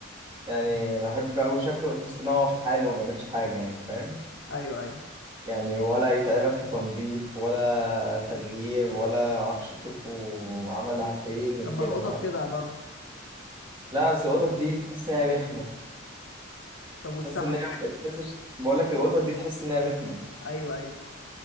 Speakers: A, on the right (about 25°); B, on the left (about 75°).
A: يعني بحب قوي شكله وتحس ان هو في حاله وما بيعملش حاجه يعني فاهم
B: أيوه أيوه
A: يعني ولا يتعبك في تنظيف ولا تغيير ولا معرفش تشوفه عملها فين
B: طب
A: وكده
B: ما القطط
A: فاهم
B: كده برضه
A: لا بس القطط دي تحس انها رخمه
B: طب والسمك
A: تحس ان هي تحس بقول لك القطط دي تحس انها رخمه
B: أيوه أيوه